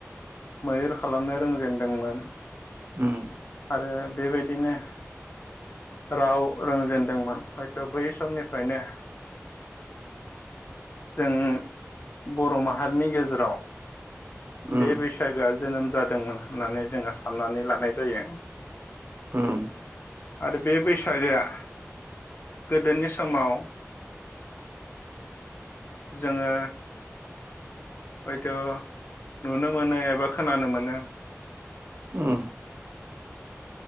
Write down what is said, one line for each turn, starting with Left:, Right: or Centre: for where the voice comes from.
Left: मैहुर खालामनो रोंजेनदोंमोन
Right: उम
Left: ओ बेबायदिनो राव रोंजेनदोंमोन हयथ बै समनिफ्रायनो जों बर माहारिनि गेजेराव
Right: उम
Left: बे बैस सागोआ जोनोम जादोंमोन होननानै जोङो साननानै लानाय जायो
Right: उम
Left: आरो बे बैसागोआ गोदोनि समाव जोङो हयथ नुनो मोनो एबा खोनानो मोनो
Right: उम